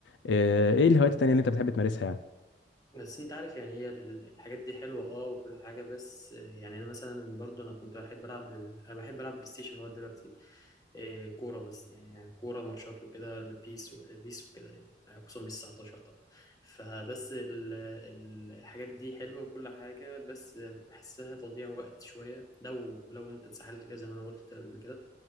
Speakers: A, on the left; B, on the left.
A: أه ايه الهوايات التانية اللي انت بتحب تمارسها يعني
B: بس انت عارف يعني هي ال- الحاجات دي حلوه اه وكل حاجه بس يعني انا مثلا برضو انا كنت بحب العب ال- انا بحب العب بلاي ستيشن لغايه دلوقتي إيه، كوره بس يعني كوره ماتشات وكده البيس والبيس وكده يعني خصوصا بيس 19 طبعا فبس ال- ال- الحاجات دي حلوه وكل حاجه بس بحسها تضييع وقت شويه لو لو انت اتسحلت فيها زي ما انا قلت قبل كده